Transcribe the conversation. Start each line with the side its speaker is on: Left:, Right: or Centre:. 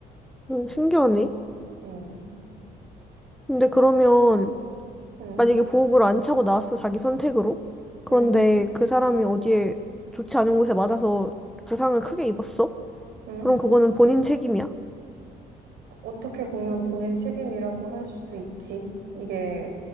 Centre: 응, 신기하네.
Right: 음,
Centre: 근데 그러면,
Right: 음,
Centre: 만약에 보호구를 안 차고 나왔어, 자기 선택으로? 그런데
Right: 음,
Centre: 그 사람이 어디에 좋지 않은 곳에 맞아서 부상을 크게 입었어?
Right: 음.
Centre: 그럼 그거는 본인 책임이야?
Right: 어떻게 보면 본인 책임이라고 할 수도 있지. 이게